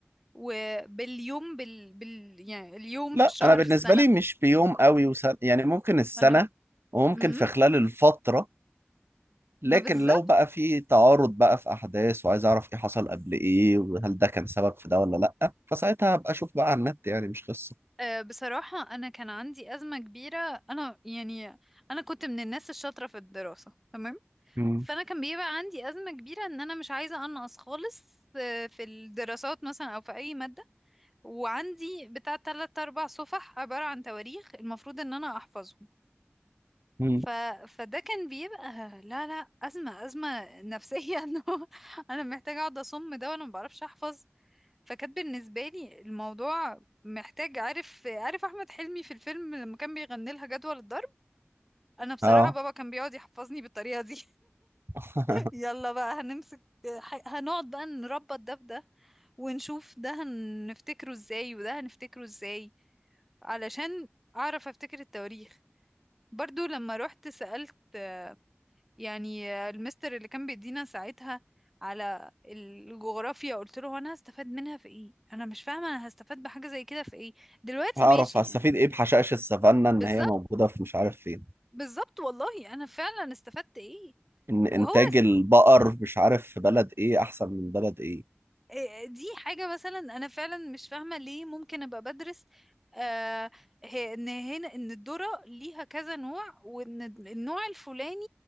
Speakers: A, in the centre; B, on the right (about 65°).
A: وباليوم بال... بال... يعني اليوم
B: لا
A: في الشهر
B: أنا بالنسبة
A: في السنة
B: لي مش بيوم قوي وسنة يعني ممكن السنة
A: ما انا
B: وممكن
A: امم
B: في خلال الفترة لكن
A: ما بالظبط
B: لو بقى في تعارض بقى في احداث وعايز اعرف ايه حصل قبل ايه وهل ده كان سبب في ده ولا لا فساعتها هبقى اشوف بقى على النت يعني مش قصه
A: آه، بصراحة انا كان عندي أزمة كبيرة انا يعني انا كنت من الناس الشاطرة في الدراسة تمام
B: مم.
A: فانا كان بيبقى عندي ازمه كبيره ان انا مش عايزه انقص خالص آه، في الدراسات مثلا او في اي ماده وعندي بتاع تلات اربع صفح عباره عن تواريخ المفروض ان انا احفظهم
B: مم.
A: ف... فده كان بيبقى لا لا ازمه ازمه نفسيه <laughs> انه انا محتاجه اقعد اصم ده وانا ما بعرفش احفظ فكانت بالنسبه لي الموضوع محتاج عارف عارف احمد حلمي في الفيلم لما كان بيغني لها جدول الضرب انا بصراحه
B: اه
A: بابا كان بيقعد يحفظني بالطريقه دي
B: <laughs>
A: يلا بقى هنمسك ح- هنقعد بقى نربط ده بده ونشوف ده هنفتكره ازاي وده هنفتكره ازاي علشان اعرف افتكر التواريخ برضو لما رحت سألت آه، يعني آه، المستر اللي كان بيدينا ساعتها على الجغرافيا قلت له انا هستفاد منها في ايه انا مش فاهمة انا هستفاد بحاجة زي كده في ايه دلوقتي
B: هعرف
A: ماشي
B: هستفيد
A: يعني
B: ايه بحشائش السافانا ان
A: بالظبط
B: هي موجوده في مش عارف فين
A: بالظبط والله انا فعلا استفدت ايه
B: ان انتاج
A: وهو
B: البقر مش عارف في بلد ايه احسن من بلد ايه
A: إيه، دي حاجة مثلا أنا فعلا مش فاهمة ليه ممكن أبقى بدرس آه هي- إن هنا إن الذرة ليها كذا نوع وإن النوع الفلاني